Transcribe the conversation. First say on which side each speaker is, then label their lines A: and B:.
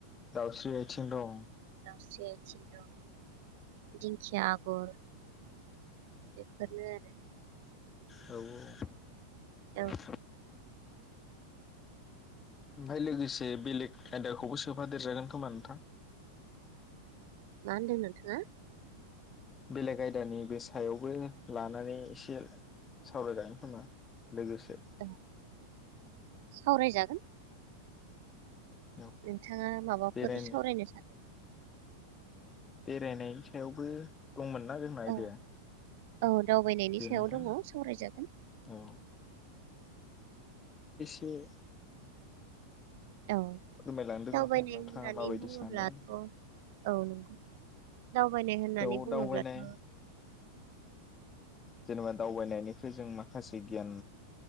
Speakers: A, on the left; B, on the right.
A: दावस्रि आयथिं दं
B: से आथिं दं दिंखिया आगर बेफोरनो आरो
A: औ औ
B: औ
A: <inaudible> ओमफाय लोगोसे बेलेग आयदाखौबो सोफा देरजागोन खोमा नोंथां
B: मा होनदों नोंथाङा?
A: बेलेग आयदानि बे सायावबो लानानै एसे सावरायजागोन खोमा लोगोसे
B: औ सावरायजागोन
A: <inaudible>
B: नोंथाङा माबाफोर
A: बेरायनो
B: सावरायनो सानदों
A: बेरायनायनि सायावबो दंमोन ना जोंना आयदाया
B: औ औ दावबायनायनि
A: दे
B: सायाव
A: नोंथां
B: दङ सावरायजागोन
A: औ से
B: औ
A: फोरमायलांदों
B: दावबायनाय
A: नोंथां नोंथाङा
B: होननानै
A: माबायदि
B: बुङोब्लाथ'
A: सानो
B: औ नंगौ दावबायनाय होननानै
A: बेयाव
B: बुङोब्लाथ'
A: दावबायनाय जेनेबा दावबायनायनिफ्राय जों माखासे गियान